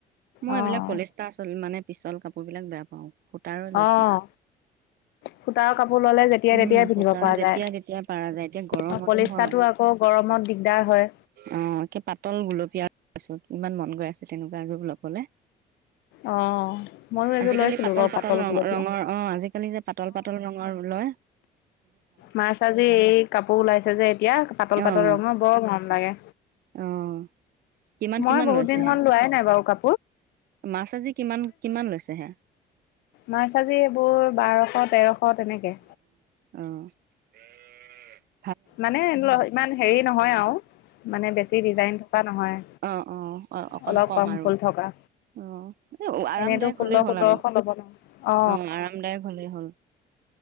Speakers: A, on the right; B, on the left.
A: মই
B: অ',
A: এইবিলাক পলিস্টা-চলিস্টা মানে পিচল কাপোৰবিলাক বেয়া পাওঁ সূতাৰৰে লৈছো।
B: অ', সূতাৰ কাপোৰ ললে যেতিয়াই
A: উম
B: তেতিয়াই পিন্ধিব
A: সূতা
B: পৰা
A: যেতিয়াই
B: যায়।
A: তেতিয়াই পাৰা যায়, এতিয়া গৰমতো
B: অ', পলিষ্টাৰটো
A: হয়,
B: আকৌ গৰমত দিগদাৰ হয়।
A: অঁ একে পাতল গুলপীয়া লৈছো। ইমান মন গৈ আছে তেনেকুৱা এযোৰ লম হলনে।
B: অ', ময়ো এযোৰ
A: আজিকালি
B: লৈছিলো
A: পাতল
B: বাৰু
A: পাতল ৰঙ
B: গুলপীয়া।
A: ৰঙৰ অঁ আজিকালি যে পাতল পাতল ৰঙৰ ওলয়।
B: মাছ আজি এই কাপোৰ ওলাইছে যে এতিয়া পাতল
A: অ',
B: পাতল ৰঙৰ বৰ মৰম লাগে।
A: অ', কিমান
B: মই
A: কিমান
B: বহুত
A: লৈছে
B: দিন
A: সেয়া?
B: হ'ল লোৱাই নাই বাও কাপো
A: মাছ আজি কিমান, কিমান লৈছে হেয়া।
B: মাছ আজি এইবোৰ বাৰশ তেৰশ। অঁ তেনেকে।
A: অঁ, বেএ।
B: মানে ল ইমান হেৰি নহয় আও মানে বেছি ডিজাইন থকা নহয়।
A: অঁ অঁ অঁ অকণ
B: অলপ
A: কম আৰু,
B: ফুল থকা।
A: অঁ এ আৰামদায়ক
B: এনেতো ষোল্ল
A: হলেই
B: সোতৰশ
A: হ'ল আৰু
B: ল'ব ন অ
A: অঁ আৰামদায়ক হলেই হ'ল।